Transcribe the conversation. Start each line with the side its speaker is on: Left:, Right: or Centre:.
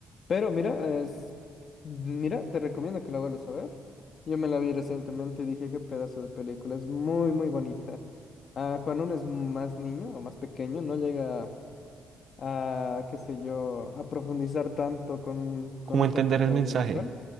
Left: Pero mira, es, mira, te recomiendo que la vuelvas a ver. Yo me la vi recientemente y dije, qué pedazo de película, es muy, muy bonita. Ah, cuando uno es más niño o más pequeño, no llega a, qué sé yo, a profundizar tanto con, con
Right: ¿Cómo
Left: un
Right: entender
Left: contenido
Right: el mensaje?
Left: audiovisual.